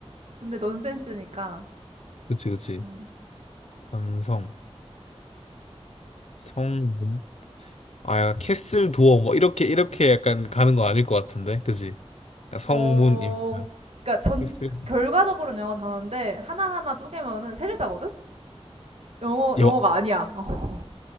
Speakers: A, on the right (about 70°); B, on the left (about 80°).
A: 근데 넌센스니까.
B: 그치, 그치.
A: 음.
B: 반성문, 성문. 아, 약간 캐슬 도어 뭐 이렇게 이렇게 약간 가는 거 아닐 것 같은데, 그지? 그러니까
A: 어,
B: 성문이니까
A: 그러니까 전,
B: 캐슬.
A: 결과적으로는 영어 단어인데, 하나하나 쪼개면은 세 글자거든? 영어, 영어가
B: 여,
A: 아니야. <laughs>